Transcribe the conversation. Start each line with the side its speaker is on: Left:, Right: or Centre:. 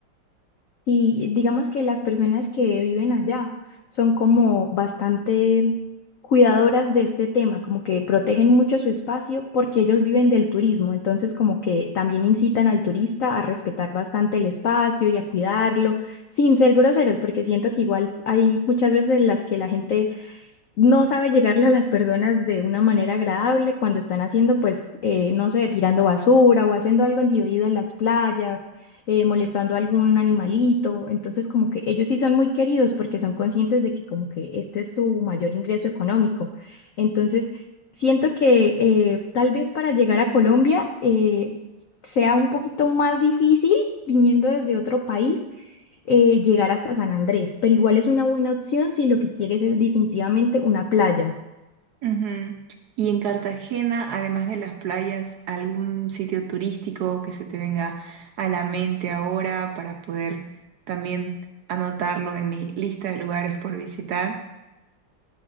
Left: Y digamos que las personas que viven allá son como bastante cuidadoras de este tema, como que protegen mucho su espacio porque ellos viven del turismo, entonces como que también incitan al turista a respetar bastante el espacio y a cuidarlo, sin ser groseros, porque siento que igual hay muchas veces en las que la gente no sabe llegarle a las personas de una manera agradable cuando están haciendo, pues, eh, no sé, tirando basura o haciendo algo indebido en las playas, eh, molestando a algún animalito. Entonces, como que ellos sí son muy queridos porque son conscientes de que como que este es su mayor ingreso económico. Entonces, siento que eh, tal vez para llegar a Colombia eh, sea un poquito más difícil viniendo desde otro país eh, llegar hasta San Andrés, pero igual es una buena opción si lo que quieres es definitivamente una playa.
Right: Ujú. Y en Cartagena, además de las playas, ¿algún sitio turístico que se te venga a la mente ahora para poder también anotarlo en mi lista de lugares por visitar?